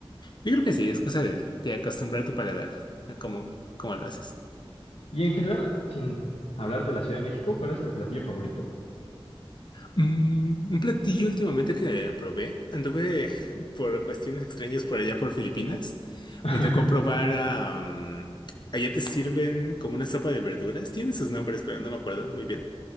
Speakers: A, on the left; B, on the left.
A: Yo creo que sí, es cosa de, de acostumbrar tu paladar a cómo, cómo lo haces.
B: Y en general, sin hablar de la Ciudad de México, ¿cuál es tu platillo favorito?
A: Mm, un platillo últimamente que probé, anduve por cuestiones extrañas por allá por Filipinas,
B: <laughs>
A: me tocó probar a... mm, Allá te sirven como una sopa de verduras. Tienen sus nombres, pero no me acuerdo muy bien.